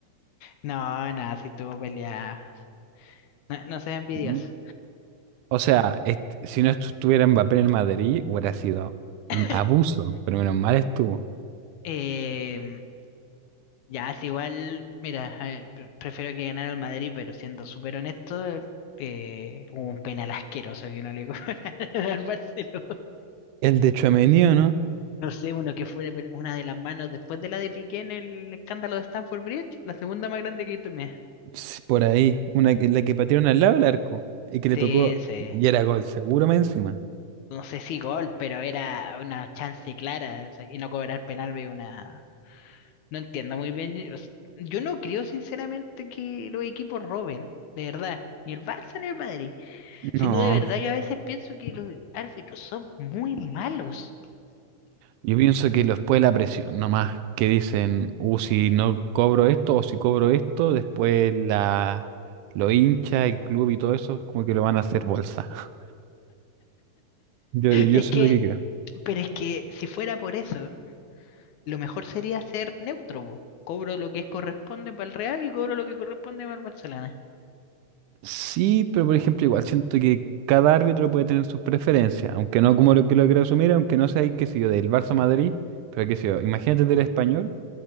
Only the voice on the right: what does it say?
Mm. O sea, est- si no estuviera Mbappé en el Madrid, hubiera sido
un abuso, pero menos mal estuvo.
El de Tchouaméni, ¿o ¿no?
Ps, Por ahí, una, que- la que patearon al lado del arco y que le
tocó,
y era gol seguro más encima.
No.
Yo pienso que después de la presión, nomás que dicen, uh, si no cobro esto o si cobro esto, después la, lo hincha, el club y todo eso, como que lo van a hacer bolsa. <laughs> Yo, yo
eso
es lo que creo.
Sí, pero por ejemplo, igual siento que cada árbitro puede tener sus preferencias, aunque no como lo que lo quiero asumir, aunque no sea, ahí, qué sé yo, del Barça Madrid, pero qué sé yo, imagínate del Español,